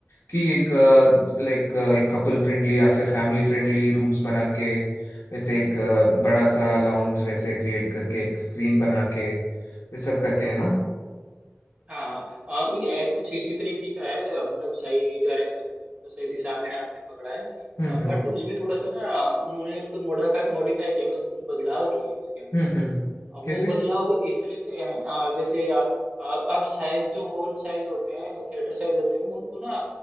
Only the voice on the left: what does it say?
कि एक लाइक एक कपल फ्रेंडली या फिर फैमिली फ्रेंडली रूम्स बना के वैसे एक अ, बड़ा सा लाउंज वैसे क्रिएट करके एक स्क्रीन बना के ये सब करके है ना
हम्म
हम्म हम्म हम्म।
कैसे